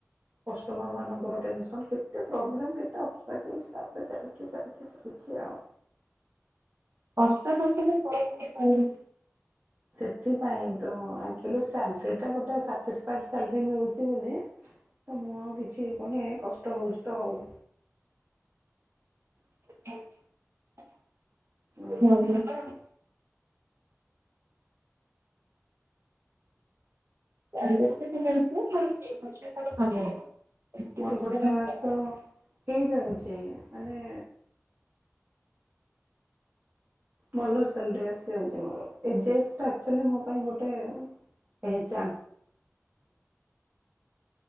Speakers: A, on the right (about 35°); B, on the right (about 55°).
A: କଷ୍ଟମର ମା ନଙ୍କର ଟେନସନ କେତେ ପ୍ରୋବ୍ଲେ କେତେ ଅଷ୍ଟ୍ରାଲ ତାପରେ ଚାଲିଚି ଚାଲିଚି ଚାଲିଚି ଆଉ।
B: କଷ୍ଟ ନକଲେ ଫଳ କେମିତି ପାଇବୁ।
A: ସେଥିପାଇଁ ତ ଏକ୍ଟୁଆଲୀ ସାଲେରୀଟା ଗୋଟେ ସାଟିସ୍ଫାଇଡ ସାଲେରୀ ମିଳୁଚି ବୋଲି ତ ମୁଁ ଆଉ କିଛି କରୁନି କଷ୍ଟ ହେଉଚି ତ ଉ।
B: <inaudible>
A: ହଉ।
B: <inaudible> <inaudible> ସେମିତି
A: ମୋର
B: କିଛି
A: ଗୋଟେ
B: ମିଳୁନଥିବ
A: ମାସ
B: ତାହେଲେ
A: ହେଇଯାଉଚି ମାନେ ଭଲ ସାଲେରୀ ଆସି ଯାଉଚି ମୋର ଏ ଜେସ୍ ଟା ଏକ୍ଟୁଆଲୀ ମୋ ପାଇଁ ଗୋଟେ ପେହେଚାନ।